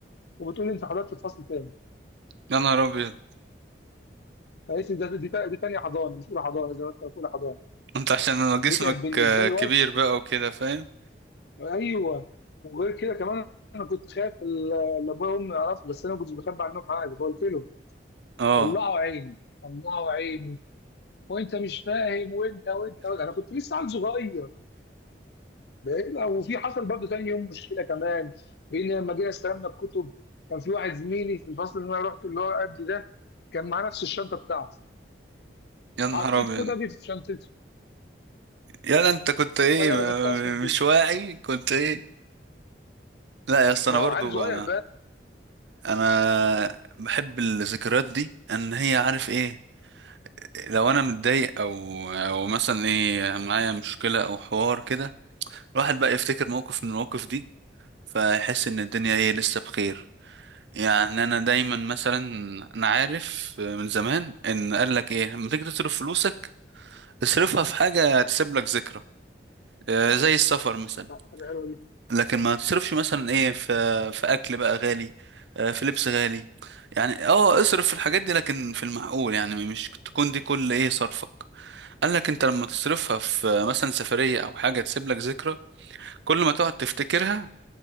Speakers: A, on the left; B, on the right.
A: وبتقول لي انت حضرت الفصل تاني
B: يا نهار ابيض
A: فقالت لي ده- دي تا- دي تانية حضانة مش أولى حضانة زي ما أنت قلت، أولى حضانة
B: انت عشان انا جسمك
A: دي كانت بالنسبة
B: آه،
A: لي
B: كبير
A: واتس
B: بقى وكده فاهم
A: أيوه وغير كده كمان أنا كنت خايف ال- اللي أبويا وأمي يعرفوا بس أنا ما كنتش بخبي عنهم حاجة فقلت له
B: اه
A: طلعوا عيني طلعوا عيني وأنت مش فاهم وأنت وأنت, وأنت. أنا كنت لسه عيل صغير ده- وفي حصل برضه تاني يوم مشكلة كمان بإن لما جينا استلمنا الكتب كان في واحد زميلي في الفصل اللي أنا رحت اللي هو قد ده كان معاه نفس الشنطة بتاعتي
B: يا نهار
A: حطيت
B: ابيض
A: كتبي في شنطته
B: يلا انت كنت ايه
A: فأنا
B: م-
A: بحطها في شنطتي
B: مش واعي كنت ايه لا يا اسطى
A: ما
B: انا
A: هو
B: برضو
A: عيل
B: ب-
A: صغير
B: انا بحب الذكريات دي ان هي عارف ايه لو انا متضايق او او مثلا ايه معايا مشكلة او حوار كده الواحد بقى يفتكر موقف من المواقف دي فيحس ان الدنيا ايه لسه بخير يعني انا دايما مثلا انا عارف من زمان ان قال لك ايه لما تيجي تصرف فلوسك تصرفها في حاجة هتسيب لك ذكرى آه، زي السفر مثلا
A: لا، حاجة حلوة دي
B: لكن ما تصرفش مثلا ايه في في اكل بقى غالي آه، في لبس غالي يعني اه اصرف في الحاجات دي لكن في المعقول يعني مش تكون دي كل ايه صرفك قال لك انت لما تصرفها في مثلا سفرية او حاجة تسيب لك ذكرى كل ما تقعد تفتكرها